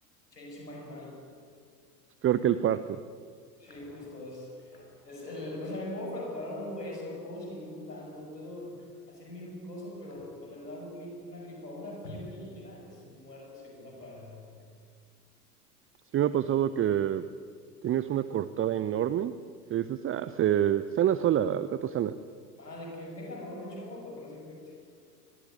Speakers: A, on the left (about 85°); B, on the right (about 25°).
A: Change my mind.
B: Es peor que el parto.
A: Sí, justo, es, es el, o sea, me puedo fracturar un hueso, puedo seguir jugando, puedo hacer mil cosas, pero donde me da un gri- una gripa o una fiebre ligera es muerte segura para el hombre.
B: Sí me ha pasado que Tienes una cortada enorme. Y dices, ah, se sana sola, al rato sana.
A: Ah, de que, deja, no, me echo agua para que no se infecte.